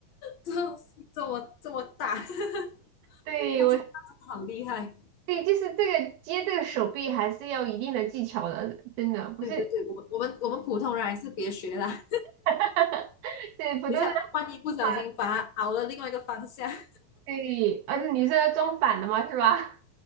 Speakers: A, on the left; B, on the right.
A: 这这么这么大，<laughs>
B: <laughs> 对，
A: 哇，
B: 我
A: 这大真的好厉害！
B: 对，就是这个接这个手臂还是要一定的技巧的，真的不是
A: 对对对，我们我们我们普通人还是别学啦，
B: <laughs> 对普通的
A: <laughs> 等一下万一不小心把他熬了另外一个方向。
B: 话，
A: <laughs>
B: 对，啊，你是装反的吗？是吧？